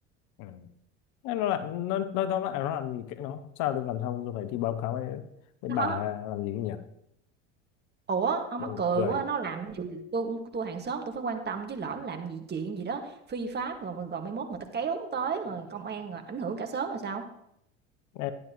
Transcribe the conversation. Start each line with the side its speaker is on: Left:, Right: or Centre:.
Left: Ừ. Thế nó lại nó nó tóm lại nó làm gì kệ nó sao tôi làm sao tôi phải đi báo cáo với, với
Right: Đó.
Left: bà làm gì nhỉ
Right: Ủa, ông
Left: buồn
Right: mắc cười
Left: cười
Right: quá, nó làm Ờ. gì tui cũng tôi hàng xóm tôi phải quan tâm chứ lỡ nó làm gì chuyện gì đó phi pháp rồi rồi rồi mai mốt người ta kéo tới rồi công an rồi ảnh hưởng cả xóm rồi sao?
Left: Ê,